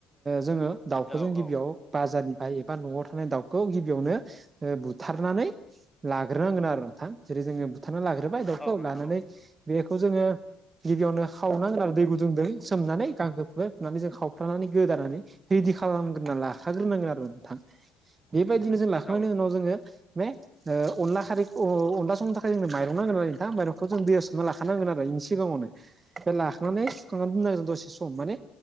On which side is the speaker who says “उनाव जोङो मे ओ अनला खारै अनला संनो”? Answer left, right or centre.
Right